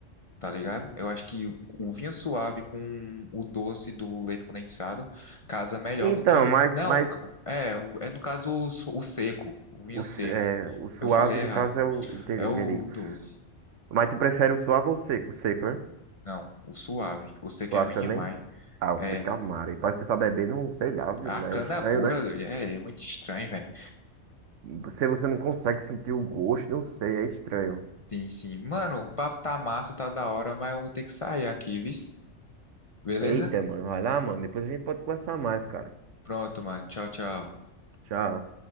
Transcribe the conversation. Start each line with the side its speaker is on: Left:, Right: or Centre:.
Left: tá ligado? Eu acho que o, o vinho suave com o doce do leite condensado casa melhor
Right: Então,
Left: do que.
Right: mas,
Left: Não,
Right: mas
Left: é, o- é no caso o, su- o seco, o vinho
Right: o,
Left: seco.
Right: s- é, o suave,
Left: Eu falei
Right: no
Left: errado.
Right: caso, é o. Entendi,
Left: É
Right: entendi.
Left: o doce.
Right: Mas tu prefere o suave ou o seco? O seco, né?
Left: Não, o suave. O seco
Right: Suave
Left: é ruim
Right: também?
Left: demais.
Right: Ah, o
Left: É.
Right: seco é o mar. E parece que você tá bebendo, um, sei lá, viu?
Left: A
Right: Mas
Left: cana
Right: É estranho,
Left: pura
Right: né?
Left: é, é muito estranho, velho.
Right: Você, você não consegue sentir o gosto, não sei, é estranho.
Left: Sim, sim. Mano, o papo tá massa, tá da hora, mas eu vou ter que sair aqui, viu? Beleza?
Right: Eita, mano, vai lá, mano. Depois a gente pode conversar mais, cara.
Left: Pronto, mano. Tchau, tchau.
Right: Tchau.